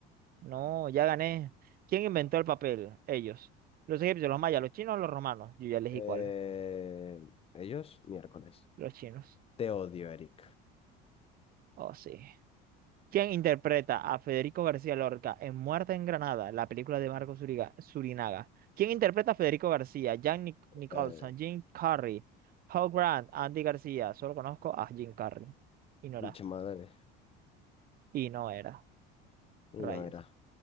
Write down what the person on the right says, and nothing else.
no, ya gané. ¿Quién inventó el papel? Ellos. Los egipcios, los mayas, los chinos, los romanos. Yo ya elegí
cuál.
Los chinos.
Oh, sí. ¿Quién interpreta a Federico García Lorca en Muerte en Granada, la película de Marco Zuriga- Surinaga? ¿Quién interpreta a Federico García? Jack Nic- Nicholson,
Jim Carrey, Hugh Grant, Andy García. Solo conozco a Jim Carrey. Y no era.
Y no era.
Rayos.